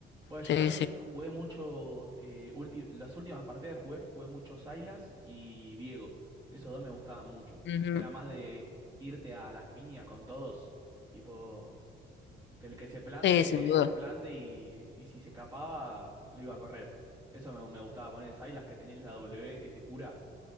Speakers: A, on the right (about 20°); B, on the left (about 65°).
A: Bueno, yo
B: Sí,
A: también
B: sí.
A: jugué mucho, eh, ulti- las últimas partidas jugué, jugué mucho Sylas y Viego. Esos dos me gustaban mucho.
B: Ujú.
A: Que era más de irte a las piñas con todos. Tipo, que el que se plante,
B: Sí, sin duda.
A: se plante y, y si se escapaba, lo iba a correr. Eso me, me gustaba poner Sylas que tenías la W, que te cura.